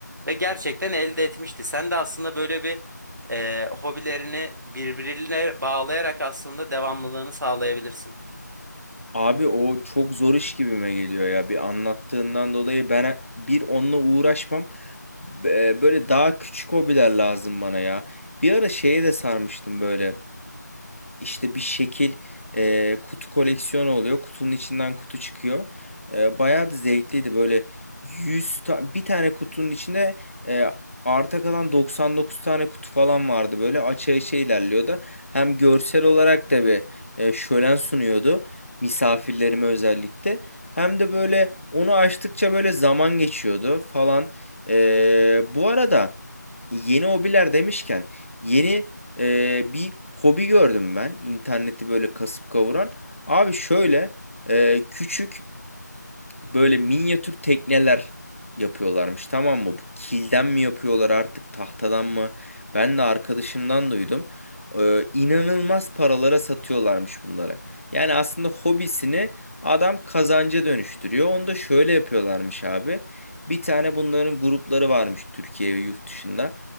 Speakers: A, on the right; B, on the left.
A: ve gerçekten elde etmişti. Sen de aslında böyle bir e, hobilerini birbirine bağlayarak aslında devamlılığını sağlayabilirsin.
B: Abi o çok zor iş gibime geliyor ya. Bir anlattığından dolayı ben bir onunla uğraşmam. Be- Böyle daha küçük hobiler lazım bana ya. Bir ara şeye de sarmıştım böyle. işte bir şekil e, kutu koleksiyonu oluyor. Kutunun içinden kutu çıkıyor. E, bayağı da zevkliydi böyle 100 ta- bir tane kutunun içinde e, arta kalan 99 tane kutu falan vardı. Böyle aça aça ilerliyordu. Hem görsel olarak da bir e, şölen sunuyordu misafirlerime özellikle. Hem de böyle onu açtıkça böyle zaman geçiyordu falan. E, bu arada yeni hobiler demişken yeni e, bir hobi gördüm ben. interneti böyle kasıp kavuran. Abi şöyle e, küçük böyle minyatür tekneler yapıyorlarmış tamam mı? Bu kilden mi yapıyorlar artık tahtadan mı? Ben de arkadaşımdan duydum. E, inanılmaz paralara satıyorlarmış bunları. Yani aslında hobisini adam kazanca dönüştürüyor. Onu da şöyle yapıyorlarmış abi. Bir tane bunların grupları varmış Türkiye ve yurt dışında.